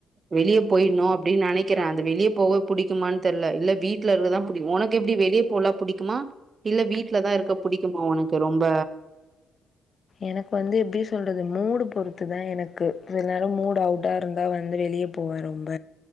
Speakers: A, on the right (about 40°); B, on the left (about 45°).
A: வெளிய போயிர்ணும் அப்படின்னு நெனைக்கிறேன் அந்த வெளியே போக புடிக்குமானு தெரியல இல்ல வீட்டுல இருக்கதான் புடிக்கும் உனக்கு எப்படி வெளியே போலாம் புடிக்குமா இல்ல வீட்டுலதான் இருக்க புடிக்குமா உனக்கு ரொம்ப
B: எனக்கு வந்து எப்படி சொல்றது மூடு பொறுத்துதான் எனக்கு சில நேரம் மூடு அவுட்டா இருந்தா வந்து வெளியே போவேன் ரொம்ப